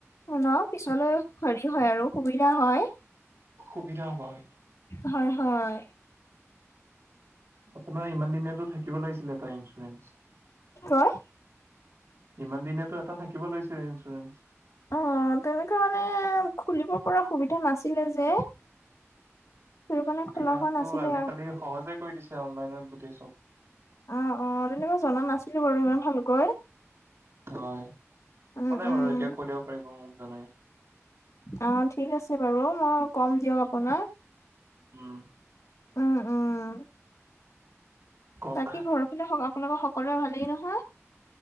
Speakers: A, on the left; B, on the right.
A: ন! পিছলৈ হেৰি হয় আৰু সুবিধা হয়।
B: সুবিধা হ'ব, হয়।
A: হয়, হয়।
B: আপোনাৰ ইমানদিনেতো থাকিব লাগিছিলে, এটা ইঞ্চুৰেঞ্চ।
A: কি কয়?
B: ইমান দিনেতো এটা থাকিব লাগিছিলে ইঞ্চুৰেঞ্চ।
A: অ', তেনেকুৱা মানে খুলিব পৰা সুবিধা নাছিলে যে। সেইটো কাৰণে
B: সুবিধাতো
A: খোলা হোৱা নাছিলে
B: আজিকালি
A: আৰু।
B: সহজে কৰি দিছে, অনলাইনত গোটেই চব।
A: অ', অ', তেনেকুৱা জনা নাছিলোঁ বাৰু ইমান ভালকৈ।
B: হয়, একো
A: উম
B: নাই বাৰু
A: উম।
B: এতিয়া কৰি ল'ব পাৰিব মোক জনাই।
A: অ', ঠিক আছে বাৰু, মই কম দিয়ক আপোনাক।
B: উম।
A: উম, উম।
B: কওক
A: বাকী ঘৰৰ পিনে স আপোনালোকৰ সকলোৰে ভালেই নহয়?